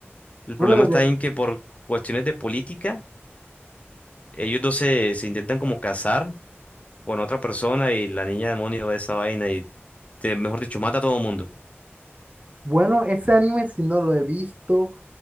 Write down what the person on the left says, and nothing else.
El
problema
está
en que por cuestiones de política, ellos dos se, se intentan como casar con otra persona y la niña demonio de esa vaina y, te- mejor dicho, mata a todo mundo.